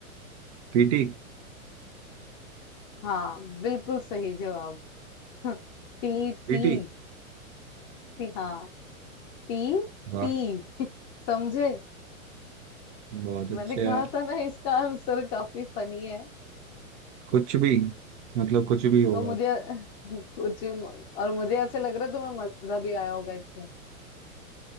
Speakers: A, on the right (about 55°); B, on the left (about 35°).
A: पीटी
B: हाँ बिल्कुल सही जवाब <laughs> पी टी,
A: बीटी
B: टी हाँ पी
A: वाह
B: टी <laughs> समझे
A: बहुत अच्छे
B: मैंने कहा
A: यार
B: था ना इसका आंसर काफी फनी है
A: कुछ भी मतलब कुछ भी होगा
B: तो मुझे <laughs> कुछ और मुझे ऐसे लग रहा है तुम्हें मजा भी आया होगा इसमें